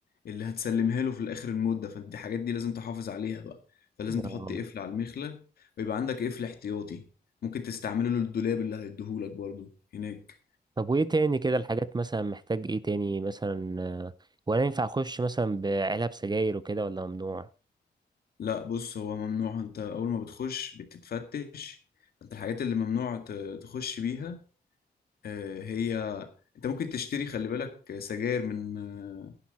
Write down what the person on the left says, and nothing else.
اللي هتسلمها له في الاخر المدة فانت دي حاجات دي لازم تحافظ عليها بقى فلازم
تحط قفل على المخلة ويبقى عندك قفل احتياطي ممكن تستعمله للدولاب اللي هيديهولك برضو هناك
لا بص هو ممنوع انت اول ما بتخش بتتفتش انت الحاجات اللي ممنوع ت- تخش بيها آه، هي انت ممكن تشتري خلي بالك سجاير من آه،